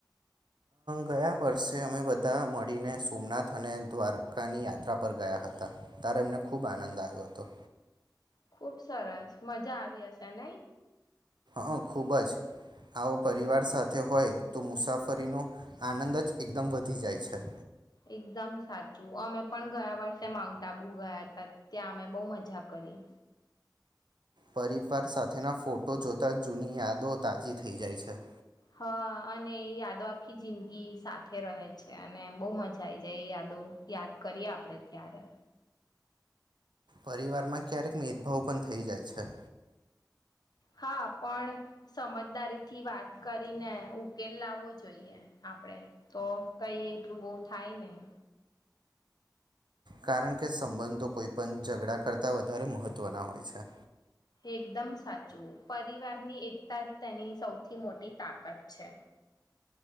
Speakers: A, on the right; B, on the left.
A: ગયા વર્ષે અમે બધા મળીને સોમનાથ અને દ્વારકાની યાત્રા પર ગયા હતા ત્યારે અમને ખૂબ આનંદ આવ્યો હતો
B: ખુબ સરસ મજા આવી હશે નઈ
A: હં ખૂબ જ આવો પરિવાર સાથે હોય તો મુસાફરીનો આનંદ જ એકદમ વધી જાય છે
B: એકદમ સાચું અમે પણ ગયા વર્ષે માઉન્ટ આબુ ગયા હતા ત્યાં અમે બહુ મજા કરી
A: પરિવાર સાથેના ફોટો જોતા જૂની યાદો તાજી થઈ જાય છે
B: હા અને એ યાદો આખી જિંદગી સાથે રહે છે અને બહુ મજા આ આવી જાય એ યાદો યાદ કરીએ આપણેે ત્યારે
A: પરિવારમાં ક્યારેક મેદભાવ પણ થઈ જાય છે
B: હા પણ સમજદારી થી વાત કરીને ઉકેલ લાવવો જોઈએ આપડે તો કઈ એટલું બહ થાય નહી
A: કારણ કે સંબંધો કોઈ પણ ઝઘડા કરતા વધારે મહત્વના હોય છે
B: એકદમ સાચું પરિવારની એકતા જ તેની સૌથી મોટી તાકાત છે